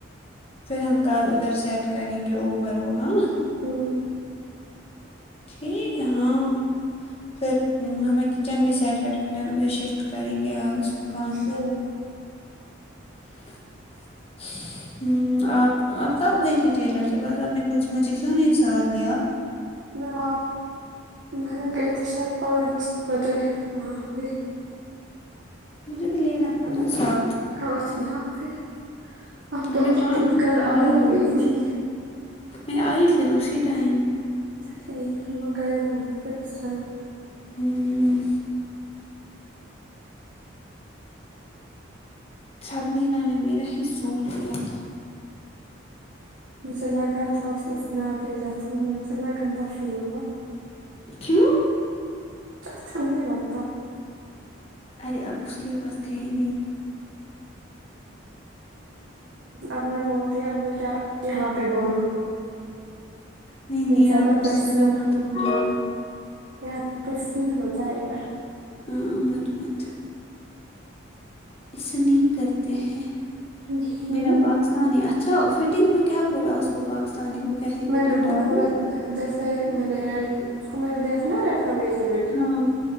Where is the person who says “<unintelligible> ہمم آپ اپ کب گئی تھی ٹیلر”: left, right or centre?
Left